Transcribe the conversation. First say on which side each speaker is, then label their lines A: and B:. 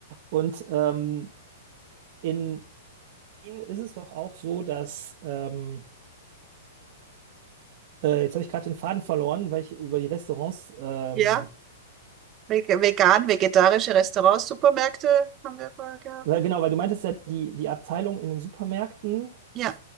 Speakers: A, on the right; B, on the right.
A: Und ähm, in Wien ist es doch auch so, dass ähm, äh, jetzt habe ich gerade den Faden verloren, weil ich über die Restaurants, ähm,
B: Ja. Veg- Vegan, vegetarische Restaurants, Supermärkte haben wir vorher gehabt.
A: weil genau, weil du meintest ja, die, die Abteilung in den Supermärkten.
B: Ja,